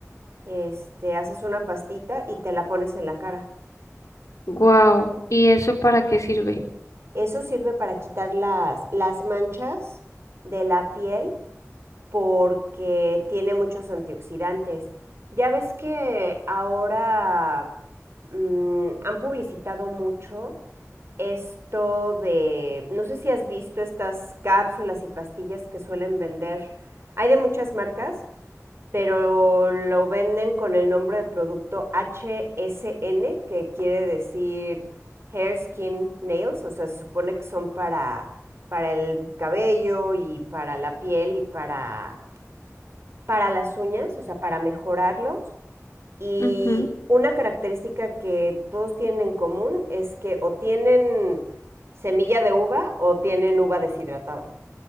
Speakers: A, on the right (about 50°); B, on the left (about 70°).
A: este, haces una pastita y te la pones en la cara.
B: Guau. ¿Y eso para qué sirve?
A: Eso sirve para quitar las, las manchas de la piel porque tiene muchos antioxidantes. Ya ves que ahora mm, han publicitado mucho esto de, no sé si has visto estas cápsulas y pastillas que suelen vender. Hay de muchas marcas, pero lo venden con el nombre de producto HSN, que quiere decir Hair, Skin, Nails, o sea, se supone que son para, para el cabello y para la piel y para para las uñas, o sea, para mejorarlos. Y
B: Ujú.
A: una característica que todos tienen en común es que o tienen semilla de uva o tienen uva deshidratada